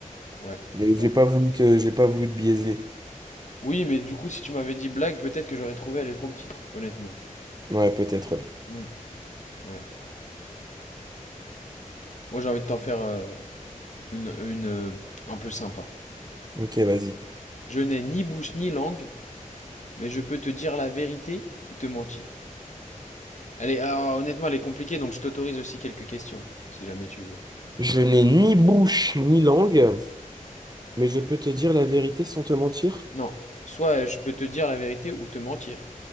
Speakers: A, on the left (about 60°); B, on the right (about 30°).
A: Ouais.
B: Mais
A: Bah.
B: j'ai pas voulu te, j'ai pas voulu te biaiser.
A: Oui, mais du coup, si tu m'avais dit blague, peut-être que j'aurais trouvé elle est trop petite, honnêtement.
B: Ouais, peut-être, ouais.
A: Hmm, Ouais. Moi, j'ai envie de t'en faire euh, une, une euh, un peu sympa.
B: Ok, vas-y.
A: Je n'ai ni bouche ni langue, mais je peux te dire la vérité ou te mentir. Allez, alors, honnêtement, elle est compliquée, donc je t'autorise aussi quelques questions, si jamais tu veux.
B: Je n'ai ni bouche ni langue. Mais je peux te dire la vérité sans te mentir?
A: Non, soit euh, je peux te dire la vérité ou te mentir.